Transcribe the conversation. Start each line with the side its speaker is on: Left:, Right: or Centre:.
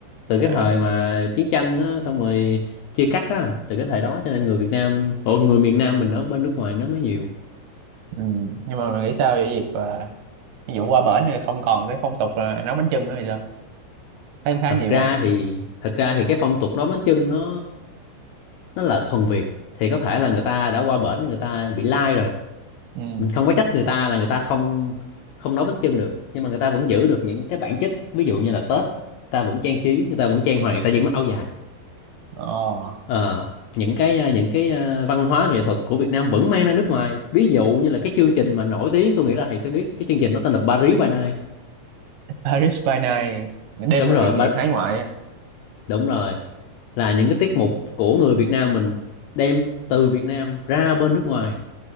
Left: từ cái
Right: à,
Left: thời mà chiến tranh á, xong rồi chia cắt á từ cái thời đó cho nên người Việt Nam ồ người miền Nam mình ở bên nước ngoài nó mới nhiều
Right: ừ. nhưng mà mày nghĩ sao về việc mà ví dụ qua bển thì không còn cái phong tục là nấu bánh chưng nữa thì sao thấy cũng khá
Left: thật
Right: nhiều
Left: ra
Right: á
Left: thì thật ra thì cái phong tục nó bánh chưng nó nó là thuần Việt thì có thể là người ta đã qua bển người ta bị lai rồi
Right: ừ
Left: mình không có trách người ta là người ta không không nấu bánh chưng được nhưng mà người ta vẫn giữ được những cái bản chất ví dụ như là Tết người ta vẫn trang trí người ta vẫn trang hoàng người ta vẫn mặc áo dài
Right: ờ
Left: Ờ, những cái ờ, những cái ờ, văn hóa nghệ thuật của Việt Nam vẫn mang ra nước ngoài ví dụ như là cái chương trình mà nổi tiếng tôi nghĩ là thầy sẽ biết cái chương trình nó tên là Paris by Night
Right: Paris by night đêm
Left: đúng
Right: người
Left: rồi
Right: người
Left: ba,
Right: Việt hải ngoại á.
Left: đúng rồi là những cái tiết mục của người Việt Nam mình đem từ Việt Nam ra bên nước ngoài